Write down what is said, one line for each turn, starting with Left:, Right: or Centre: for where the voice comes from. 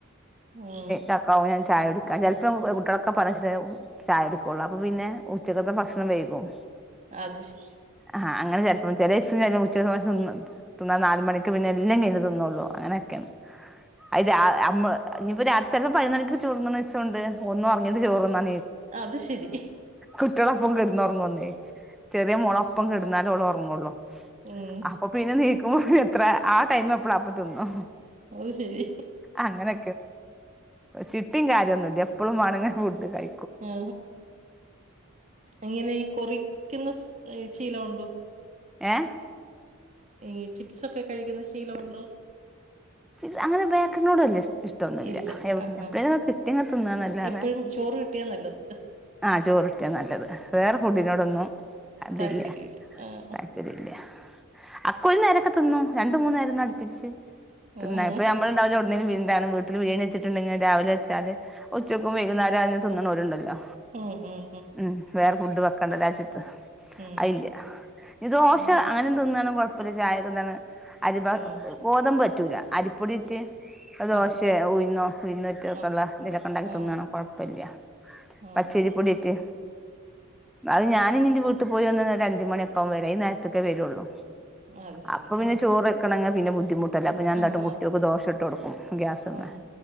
Right: ഉം
Centre: തക്കവുംഞാൻ ചായ എടുക്കൻ ചിലപ്പം കുട്ടികളൊക്കെ പറഞ്ഞ ചായ എടുക്കുള്ളൂ അപ്പൊ പിന്നെ ഉച്ചക്കത്തെ ഭക്ഷണം വൈകും
Right: അത് ശരി
Centre: ആഹ അങ്ങനെ ചെലപ്പോ ചെിലസ ഉച്ച സമയം തിന്നാ ൽ നാല മണക്ക് പിന്നെ എല്ലാം കഴിഞ് തിന്നുകള്ളൂ അങ്ങനെയൊക്കെയാണ് അത് ആ അമ്മ ഇനിയിപ്പോ രാത് ചിലപ്പോ പഴിനക്ക ചോർന്നന്ന്ംണ്ട് ഒന്നുംറങ്ങിട്ട് ചോറന്ന
Right: അത് ശരി
Centre: കുട്ടള പ്പം കെടന്ന് ഉറങ്ങന്നേ ചെറിയ മുോള ഒപ്പം കിടുന്നാലുംള ഉറങ്ങള്ളൂ
Right: ഉം
Centre: അപ്പൊ പിന്നെ നീക്കുമ്പോ എത്ര ആ ടൈം എപ്പള അപ്പ തിന്നും
Right: അത് ശരി
Centre: അങ്ങനെ ചിട്ടിയും കാര്യമൊന്നുമ ഇല്ല എപ്പോഴും വണങ്ങെ ഫുഡ് കഴ
Right: ആ അങ്ങനെ കൊറിക്കുന്ന ശീലം ഉണ്ടോ
Centre: ഏ
Right: ഈ ചിപ്സക്കൊ കഴിക്കുന്നതുശീലമുണ്ടോ
Centre: ല്ല അങ്ങനെ ബേക്കറിനോട് വല്യ ഷ് ഇഷ്ടൊന്നുമല്ല
Right: ഇല്ല
Centre: എവ്
Right: ആഹാ
Centre: എപ്പളേം കിട്ട്യാങ്ങ തിന്നന്നല്ലാതെ
Right: എപ്പഴും ചോറ് കിട്ടിയാ നല്ലത്
Centre: ആ ചോറ്ട്ട്യാ നല്ലത് വേറെ ഫുഡ്‌ നോടൊന്നും അതില്ല
Right: താല്പര്യല്ല ആഹ്
Centre: താല്പര്യ ഇല്ല അക്കൊരുനേരൊക്കെ തിന്നും രണ്ട് മൂന്ന് നേരംന്ന് അടിപ്പിച്ചിച്ച്
Right: ഉം
Centre: തിന്ന ഇപ്പൊ ഞമ്മള്ണ്ടാവല്ലോ ന്തും എന്താണ് വീട്ടിൽ ബിരിയാണി വെച്ചിട്ടുണ്ടെങ്കിൽ രാവിലെ വച്ചാല് ഉച്ചയ്ക്കും വൈകുന്നരം അതെന്നെ തിന്ന്ണോരുണ്ടല്ലോ
Right: ഉം ഉം
Centre: ഉം വേറെ ഫുഡ് വെക്കണ്ട രാജി
Right: ഉം
Centre: അയില്ല ഇ ദോശ
Right: ഉം
Centre: അങ്ങനെ എന്തോ ഒന്നാണ് പ്പ ചായൊക്കെന്താണ് അരിപ
Right: ഉം
Centre: ഗോതമ്പ് പറ്റൂല അരിപ്പൊടിയിട്ട് അത് ദോശേ
Right: ആഹ്
Centre: ഉഴ്ന്നോ ഉഴന്നിറ്റ ഒക്കെ
Right: ആഹ്
Centre: ഉള്ള ന്തെലൊക്കെ ഉണ്ടാക്കി
Right: ആഹ്
Centre: തിന്നണം കുഴപ്പമില്ല
Right: ആഹ്
Centre: പച്ചേരിപ്പൊടിട്ട് അത് ഞാൻ അനി ഇന്റെ വീട്ടിൽ പോയി വന്ന് ഒരു അഞ്ച് മണിയൊക്കെവും വരാൻ ഈ നേരത്തേക്കെ വരുള്ളൂ
Right: ആഹ് അത് ശരി
Centre: അപ്പൊ പിന്നെ
Right: ആഹ്
Centre: ചോർക്കണ പിന്നെ ബുദ്ധിമുട്ട് അപ്പൊ ഞാ ന്താട്ടും
Right: ആഹ്
Centre: കുട്ട്യാൾക്ക്
Right: അതെ
Centre: ദോഷ പുട്ട് കൊടുക്കും ഗ്യാസ്ന്ന്
Right: ആഹ്